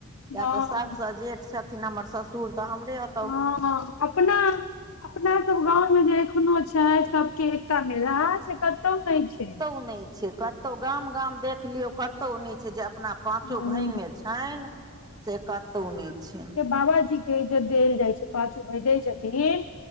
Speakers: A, on the right (about 20°); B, on the left (about 85°).
A: किया
B: हँ
A: तऽ सभसँ जेठ छथिन हमर ससुर तऽ हमरे ओ
B: हँ, अपना अपना सब गाँवमे जे एखनो छै, सभ कि एकटा मिलान से कतो नहि छै।
A: तु नहि छै, कत गाम गाम देख लियो, कतौ नय। छै जे, अपना पाँचो
B: हँ
A: भायमे छइन, से कतहु नहि छय।
B: बाबा जी! के जे देल जाइ छै, पाचो भाय दै छथिन।